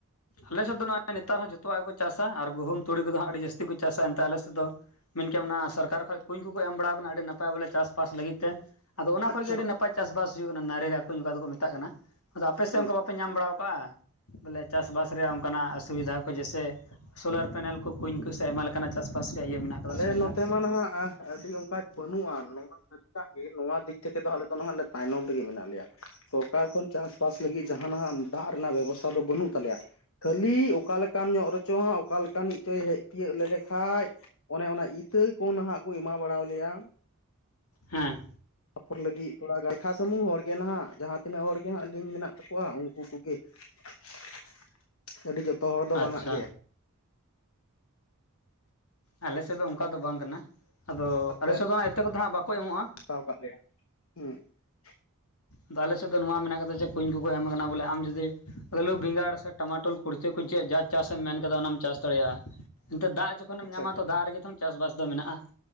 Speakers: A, on the left; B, on the left.
A: ᱟᱞᱮᱥᱮᱫ ᱫᱚ ᱱᱚᱜᱼᱚᱭ ᱱᱮᱛᱟᱨ ᱦᱚᱸ ᱡᱚᱛᱚᱣᱟᱜ ᱜᱮᱠᱚ ᱪᱟᱥᱟ ᱟᱨ ᱜᱩᱦᱩᱢ ᱛᱩᱲᱤ ᱠᱚᱫᱚ ᱦᱟᱸᱜ ᱟᱹᱰᱤ ᱡᱟᱹᱥᱛᱤ ᱠᱚ ᱪᱟᱥᱟ ᱮᱱᱛᱮ ᱟᱞᱮᱥ ᱥᱮᱫ ᱫᱚ ᱢᱮᱱᱠᱟᱱ ᱚᱱᱟ ᱥᱚᱨᱠᱟᱨ ᱠᱷᱚᱡ ᱠᱩᱧ ᱠᱚᱠᱚ ᱮᱢ ᱵᱟᱲᱟᱣ ᱠᱟᱱᱟ ᱟᱹᱰᱤ ᱱᱟᱯᱟᱭ ᱵᱚᱞᱮ ᱪᱟᱥᱼᱵᱟᱥ ᱞᱟᱹᱜᱤᱫ ᱛᱮ ᱟᱫᱚ ᱚᱱᱟ
B: ᱟᱪᱪᱷᱟ
A: ᱠᱷᱚᱱ ᱜᱮ ᱟᱹᱰᱤ ᱱᱟᱯᱟᱭ ᱪᱟᱥᱵᱟᱥ ᱦᱩᱭᱩᱜ ᱠᱟᱱᱟ ᱱᱟᱜᱟ ᱠᱚ ᱱᱚᱝᱠᱟ ᱫᱚᱠᱚ ᱢᱮᱛᱟᱜ ᱠᱟᱱᱟ ᱟᱫᱚ ᱟᱯᱮ ᱥᱮᱫ
B: ᱦᱮᱸ
A: ᱚᱱᱠᱟ ᱵᱟᱯᱮ ᱧᱟᱢ ᱵ ᱵᱟᱲᱟᱫᱟ ᱣᱟ ᱵᱚᱞᱮ ᱪᱟᱥᱵᱟᱥ ᱨᱮᱭᱟᱜ ᱚᱱᱠᱟᱱᱟᱜ ᱚᱥᱩᱵᱤᱫᱟ ᱠᱚ ᱠᱚ ᱡᱮᱭᱥᱮ ᱥᱳᱞᱟᱨ ᱯᱮᱱᱮᱞ ᱠᱚ ᱠᱩᱧ ᱠᱚ ᱥᱮ ᱟᱭᱢᱟ ᱞᱮᱠᱟᱱᱟᱜ ᱪᱟᱥᱵᱟᱥ ᱨᱮᱭᱟᱜ ᱤᱭᱟᱹ ᱢᱮᱱᱟᱜ ᱟᱠᱟᱫᱟ
B: ᱟᱞᱮ
A: ᱥᱩᱵᱤᱫᱷᱟ
B: ᱱᱚᱛᱮ ᱢᱟᱱᱦᱟᱜ ᱟᱹᱰᱤ ᱚᱱᱠᱟ ᱵᱟᱹᱱᱩᱜᱼᱟ ᱱᱚᱣᱟ ᱥᱟᱹᱨᱤᱟᱜ ᱜᱮ ᱱᱚᱣᱟ ᱫᱤᱠ ᱛᱷᱮᱠᱮ ᱫᱚ ᱟᱞᱮᱚ ᱫᱚ ᱱᱟᱦᱮ ᱛᱟᱭᱱᱚᱢ ᱨᱮᱜᱮ ᱢᱮᱱᱟᱜ ᱞᱮᱭᱟ ᱥᱚᱨᱠᱟᱨ ᱠᱷᱚᱱ ᱪᱟᱥᱵᱟᱥ ᱞᱮ ᱡᱟᱦᱟᱱᱟᱜ ᱫᱟᱜ ᱨᱮᱱᱟᱜ ᱵᱮᱵᱚᱥᱛᱷᱟ ᱫᱚ ᱵᱟᱹᱱᱩᱜ ᱛᱟᱞᱮᱭᱟ ᱠᱷᱟᱹᱞᱤ ᱚᱠᱟ ᱞᱮᱠᱟᱱ ᱧᱚᱜ ᱨᱮᱪᱚ ᱦᱟᱸᱜ ᱚᱠᱟ ᱞᱮᱠᱟᱱᱤᱡᱪᱚᱭ ᱦᱮᱡ ᱛᱤᱭᱳᱜ ᱞᱮᱞᱮᱠᱷᱟᱡ ᱚᱱᱮ ᱚᱱᱟ ᱤᱛᱟᱹ ᱠᱚ ᱱᱟᱦᱟᱜ ᱠᱚ ᱮᱢᱟ ᱵᱟᱲᱟ ᱣᱟᱞᱮᱭᱟ
A: ᱦᱮᱸ
B: ᱯᱷᱚᱨ ᱞᱟᱹᱜᱤᱫ ᱛᱷᱚᱲᱟ ᱜᱟᱱ ᱞᱮᱠᱷᱟ ᱥᱩᱢᱩᱝ ᱦᱚᱲᱜᱮ ᱱᱟᱦᱜ ᱡᱟᱦᱟᱸ ᱛᱤᱱᱟᱹᱜ ᱦᱚᱲᱜᱮ ᱦᱟᱸᱜ ᱞᱤᱧ ᱢᱮᱱᱟᱜ ᱛᱟᱠᱚᱣᱟ ᱩᱱᱠᱩ ᱠᱚᱜᱮ <inaudible> ᱟᱹᱰᱤ ᱡᱚᱛᱚ ᱦᱚᱲ ᱫᱚ
A: ᱟᱪᱪᱷᱟ
B: ᱵᱟᱝᱟᱜ ᱜᱮ
A: ᱟᱞᱮ ᱥᱮᱫ ᱫᱚ ᱚᱱᱠᱟ ᱫᱚ ᱵᱟᱝ ᱠᱟᱱᱟ ᱟᱫᱚ
B: ᱟᱯᱮ
A: ᱟᱞᱮ ᱥᱮᱫ ᱫᱚ ᱤᱛᱟᱹ ᱠᱚᱫᱚ ᱦᱟᱸᱜ ᱵᱟᱠᱚ ᱮᱢᱚᱜᱼᱟ
B: ᱦᱟᱛᱟᱣ ᱠᱟᱜ ᱞᱮᱭᱟ ᱦᱩᱸ <inaudible>
A: ᱟᱫᱚ ᱟᱞᱮᱮᱥᱮᱫ ᱫᱚ ᱱᱚᱣᱟ ᱢᱮᱱᱟᱜ ᱟᱠᱟᱫᱟ ᱡᱮ ᱠᱩᱧ ᱠᱚᱠᱚ ᱮᱢ ᱟᱠᱟᱱᱟ ᱵᱚᱞᱮ ᱟᱢ ᱡᱩᱫᱤ ᱟᱞᱩ ᱵᱮᱸᱜᱟᱲ ᱥᱮ ᱴᱟᱢᱟᱴᱳ ᱠᱩᱲᱪᱟᱹ ᱠᱚ ᱪᱮᱫ? ᱡᱟ ᱪᱟᱥᱮ ᱮᱢ ᱢᱮᱱ ᱠᱟᱫᱟ ᱚᱱᱟᱢ ᱪᱟᱥ ᱫᱟᱲᱮᱭᱟᱜᱼᱟ ᱮᱱᱛᱮᱜ ᱫᱟᱜ ᱡᱚᱠᱷᱚᱱᱮᱢ
B: ᱟᱪᱪᱷᱟ
A: ᱧᱟᱢᱟ
B: ᱟᱪᱪᱷᱟ
A: ᱛᱚ ᱫᱟᱜ ᱨᱮᱜᱮ ᱛᱚᱝ ᱪᱟᱥᱵᱟᱥ ᱫᱚ ᱢᱮᱱᱟᱜᱼᱟ